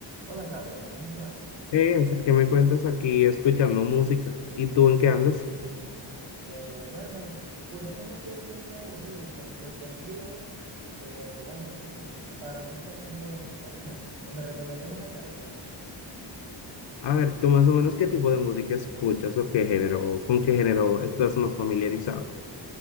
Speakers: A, on the right; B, on the left.
A: Hola Carlos, ¿cómo estás?
B: Eh, o sea, ¿qué me cuentas aquí escuchando música? ¿Y tú en qué andas?
A: Eh, bueno, curiosamente hoy el día está aburrido, entonces te escribo, eh, te llamo, disculpa, para justamente eso, para <laughs> que me recomiendes una canción.
B: A ver, tú más o menos qué tipo de música escuchas o qué género, o con qué género estás más familiarizado.